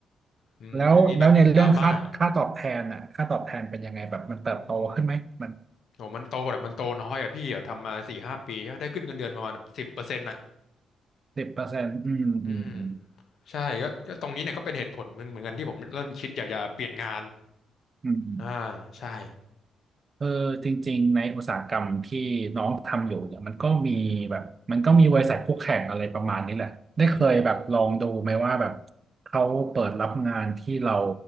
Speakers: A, on the left; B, on the right.
A: อืมไม่มีแบบดราม่า
B: แล้วแล้วในเรื่องค่าค่าตอบแทนอ่ะค่าตอบแทนเป็นยังไงแบบมันเติบโตขึ้นไหมมัน
A: อืมโหมันโตแต่มันโตน้อยอะพี่อะทำมาสี่ห้าปีได้ขึ้นเงินเดือนประมาณสิบเปอร์เซ็นต์อะ
B: สิบเปอร์เซ็นต์อืมอืมอืม
A: อืมใช่ก็ก็ตรงนี้เนี่ยก็เป็นเหตุผลหนึ่งเหมือนกันที่ผมเริ่มคิดอยากจะเปลี่ยนงาน
B: อืมอืม
A: อ่าใช่
B: เออจริงๆในอุตสาหกรรมที่น้องทำอยู่เนี่ยมันก็มีแบบมันก็มีบริษัทคู่แข่งอะไรประมาณนี้แหละได้เคยแบบลองดูไหมว่าแบบ
A: อืมอืม
B: เขาเปิดรับงานที่เรา